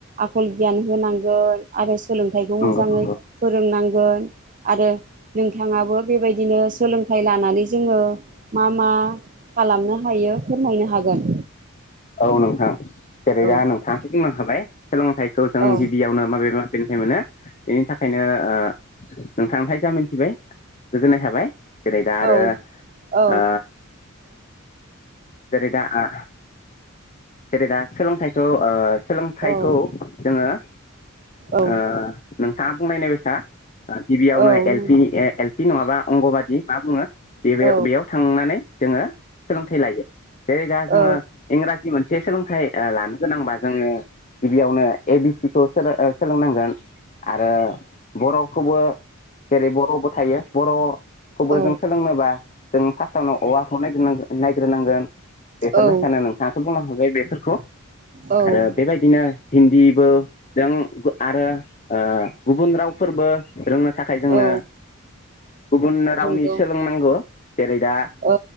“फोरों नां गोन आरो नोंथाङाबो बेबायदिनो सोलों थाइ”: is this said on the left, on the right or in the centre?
Right